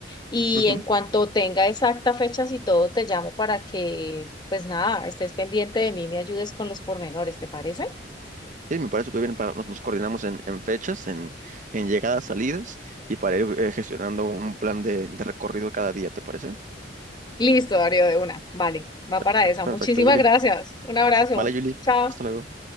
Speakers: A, on the left; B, on the right.
A: y
B: ujú.
A: en cuanto tenga exacta fechas y todo, te llamo para que, pues nada, estés pendiente de mí, me ayudes con los pormenores, ¿te parece?
B: Sí, me parece súper bien. Para, nos, nos coordinamos en, en fechas, en, en llegadas, salidas y para ir eh, gestionando un plan de, de recorrido cada día, ¿te parece?
A: Listo, Darío, de una. Vale, va
B: Perfecto,
A: para esa.
B: perfecto,
A: Muchísimas
B: Julie.
A: gracias. Un abrazo.
B: Vale, Julie.
A: Chao.
B: Hasta luego.